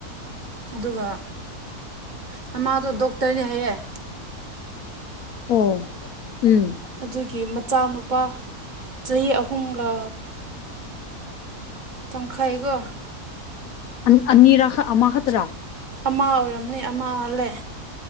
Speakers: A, on the right (about 30°); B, on the left (about 65°).
A: ꯑꯗꯨꯒ ꯃꯃꯥꯗꯣ ꯗꯣꯛꯇꯔꯅꯤ ꯍꯥꯏꯌꯦꯦ
B: ꯑꯣ ꯎꯝ
A: ꯑꯗꯨꯒꯤ ꯃꯆꯥꯅꯨꯄꯥ ꯆꯍꯤ ꯑꯍꯨꯝꯒ ꯇꯪꯈꯥ ꯍꯥꯏꯒꯣ
B: ꯑ ꯑꯅꯤꯔ ꯑꯃ ꯍꯥ ꯇ꯭ꯔꯥ
A: ꯑꯃ ꯑꯣꯏꯔꯝꯅꯤ ꯑꯃ ꯑꯜꯂꯦ